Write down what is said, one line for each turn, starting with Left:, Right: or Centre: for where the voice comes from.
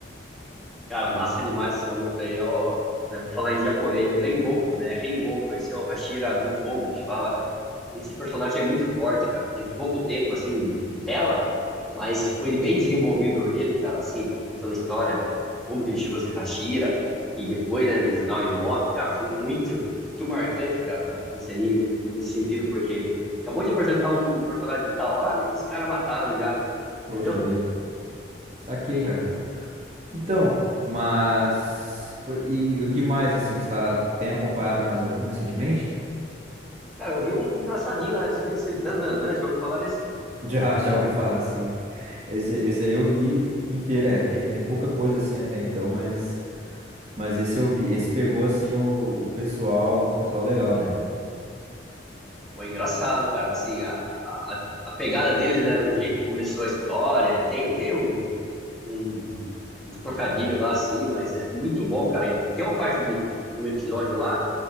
Centre: Cara, massa demais essa luta aí, ó. Eu vou falar em japonês, Rengoku, né? Rengoku, esse é o Hashira do Fogo que fala, cara. Esse personagem é muito forte, cara. Teve pouco tempo, assim, de, de tela, mas foi bem desenvolvido ele, cara, assim, contando a história, como que ele chegou a ser Hashira, e depois, né, no final ele morre, cara. Foi muito, muito marcante, cara, esse anime, nesse sentido, porque acabou de apresentar um personagem da hora e os caras mataram já,
Right: Poxa
Centre: entendeu?
Right: vida. Saquei, cara. Então, mas. pô, E, e o que mais, assim, está, tem acompanhado mais algum recentemente?
Centre: Cara, eu vi um engraçadinho na Netflix, Dan Dan Dan, já ouviu falar nesse?
Right: Já, já ouvi falar, sim. Esse, esse aí eu vi inteiro, é. Tem, tem pouca coisa assim até então, mas, mas esse eu vi. Esse pegou assim o, o pessoal, o pessoal legal, né?
Centre: Pô, é engraçado, cara, assim, a, a, a pegada deles, né, o jeito que começou a história, tem, tem um, um, uns trocadilhos lá, assim, mas é muito bom, cara, e tem uma parte de um episódio lá